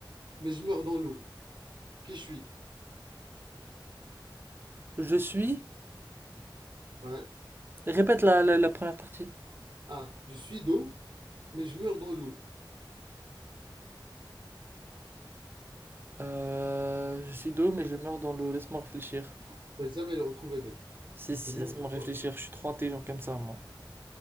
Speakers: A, on the right (about 70°); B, on the right (about 25°).
A: mais je meurs dans l'eau. Qui je suis?
B: Je suis.
A: Ouais.
B: Répète la, la, la première partie.
A: Ah, je suis d'eau, mais je meurs dans l'eau.
B: Euh, je suis d'eau, mais
A: Ok,
B: je meurs dans l'eau. Laisse-moi réfléchir.
A: Je ne vais jamais le retrouver, mec.
B: Si,
A: C'est
B: si,
A: mort
B: laisse-moi
A: pour
B: réfléchir.
A: toi.
B: Je suis trop intelligent comme ça, moi.